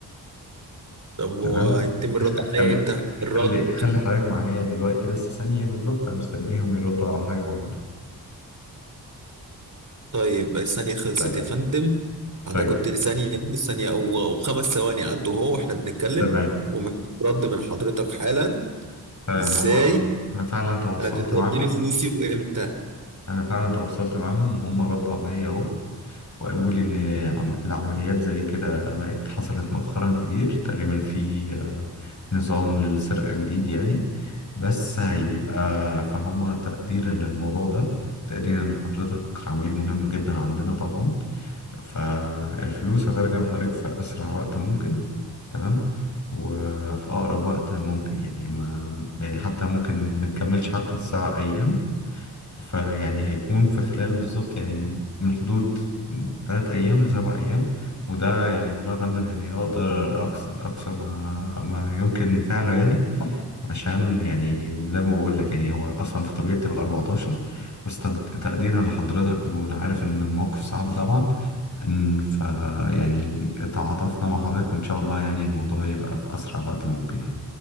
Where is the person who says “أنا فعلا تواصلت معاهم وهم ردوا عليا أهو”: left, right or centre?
Left